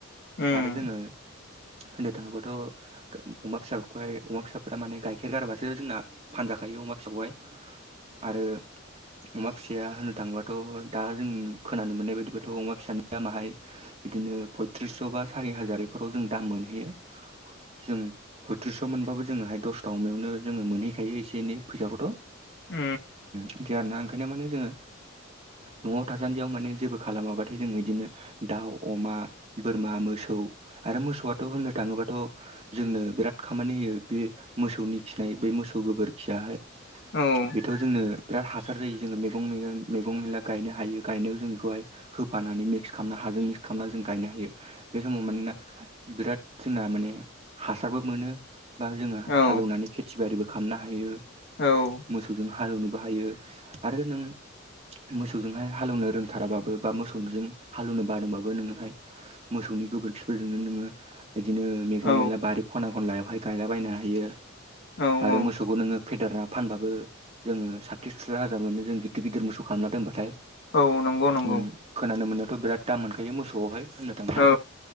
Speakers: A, on the left; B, on the right.
A: उम
B: आरो
A: उम औ
B: जोंङो होननो थांङोबाथ' अमा फिसाफोरखौहाय अमा फिसाफ्रा माने गाइखेर गारबासो जोंना फानजाखायो अमा फिसाखौहाय आरो अमा फिसाया होननो थाङोबाथ' दा जों खोनानो मोननाय बायदिबथ' अमा फिसा दामाहाय बिदिनो पयथ्रिसस' बा सारि हाजारफोराव जों दाम मोनहैयो। जों फयथ्रिस' मोनबाबो जोङोहाय दसथा अमायावनो जोंङो मोनहैखायो एसे एनै फैसाखौथ'।
A: ओ।
B: दि आरोना। ओंखायनो माने जोंङो न'आव थासान्दियाव माने जेबो खालामाब्लाथाय जोंङो बिदिनो दाउ अमा बोरमा मोसौ आरो मोसौआथ' होननो थाङोबाथ' जोंनो बिराद खामानि होयो। बे मोसौनि खिनाय बे मोसौ गोबोरखियाहाय
A: औ
B: बेथ' जोंनो बिराद हासार जायो। जोङो मैगंगं मैगं मेला गायनो हायो गायनायाव जों बेखौहाय होफानानै मिक्स खालामना हाजों मिक्स खालामनानै जों गायनो हायो। बे समाव मानोना बिराद जोंना माने हासारबो मोनो बा जोङो
A: औ
B: हालेवनानै खेथि बारिबो खालामनो हायो
A: औ औ
B: मोसौजों हालौवनो बाहायो आरो नों मोसौजोंहाय हालेएवनो रोंथाराबाबो बा मोसौजों हालौवनो बादोंबाबो नोङोहाय मोसौनि गोबोरखिफोरजोंनो नोङो बिदिनो मैगं
A: औ
B: मैला बारि खना खनलायावहाय गायलाबायायनो हायो
A: औ
B: आरो
A: औ
B: मोसौखौ नोङो फेदेरना फानबाबो जोङो साथिस सुस हाजार मोनो जों गिदिर गिदिर मोसौ खालामना दोनबाथाय
A: औ नंगौ नंगौ
B: उम खोनानो मोननायावथ' बिराद दाम मोनखायो मोसौआवहाय होननो थाङोब्ला
A: औ